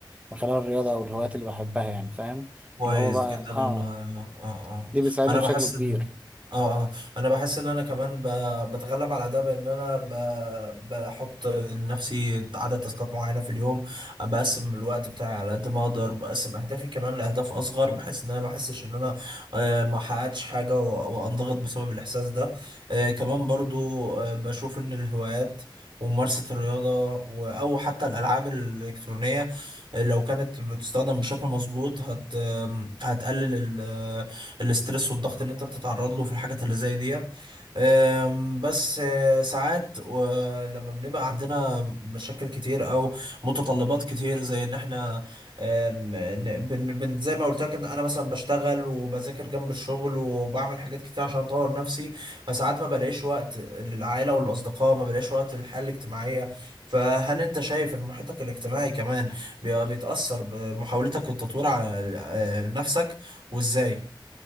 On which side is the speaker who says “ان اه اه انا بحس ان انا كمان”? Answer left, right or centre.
Right